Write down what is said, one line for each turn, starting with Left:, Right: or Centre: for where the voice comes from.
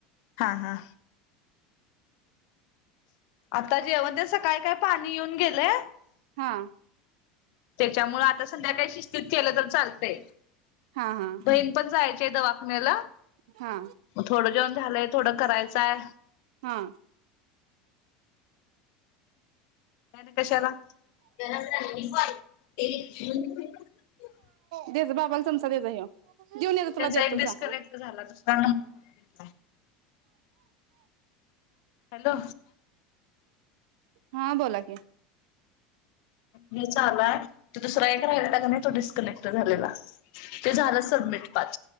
Left: हा हा आता जेवण तेन, सकाळी काय पाणी येऊन गेलेय.
Right: हा
Left: त्याच्यामुळ आता संध्याकाळी शिस्तीत केलं तर चालतंय.
Right: हा हा
Left: बहीण पण जाय ते दवाखान्याला.
Right: हा
Left: मग थोडं जेऊन झालंय. थोडं करायचंय.
Right: हा.
Left: ते आणि कशाला? <unintelligible>
Right: देजा बाबाला चमचा देजा ह्यो. देऊन येजा तुला
Left: त्यांचा
Right: देतो
Left: एक डिस्कनेक्ट
Right: जा.
Left: झाला दुसरा नंबर हॅलो
Right: हा बोला की.
Left: हे चालुय ते दुसरां एक राहिलाता त्याने तो डिस्कनेक्ट झालेला. ते झालं सबमिट पाच.